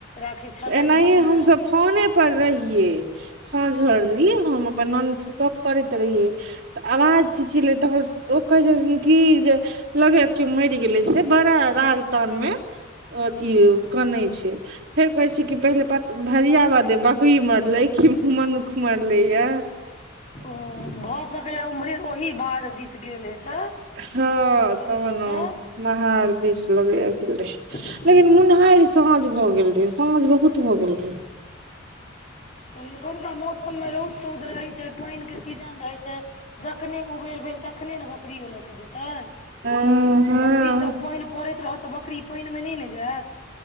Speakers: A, on the left; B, on the right.
A: राखी छलैथ
B: एनाहिए
A: बड़ नया
B: हमसभ फोने पर रहिये साँझ भरलि हम अपन नानी से गप करैत रहिये। तऽ अवाज चीचयेले तमस ओ कहे छथिन की जे लगैया कियाे मैर गेलै से बड़ा राग तान मे। अथी उ कानै छै। फेर कहै छै कि पेहले पत भरियाबा दे बकरी मरलै कि मनुख मरलैया।
A: ओ भऽ सकैया उम्हरे ओहि बाध दिस गेल हेतै।
B: हां
A: बकरी
B: तहन
A: लऽ के
B: उ नहाएर दिस लगैया भेल रहै,
A: ताहि
B: लेकिन
A: दुआरे
B: मुनहाएर साँझ भऽ गेल रहै, साँझ बहुत भऽ गेल रहै।
A: एखुनका मौसम मे रौद-तौद रहै छै, पेएन के सीजन रहै छै। जखने उबेर भेल तखने नै बकरियो लऽ कऽ जेतै।
B: हँ हँ
A: बकरी सब पेएन पड़ैत रहत तऽ बकरी पेएन मे नै ने जाएत।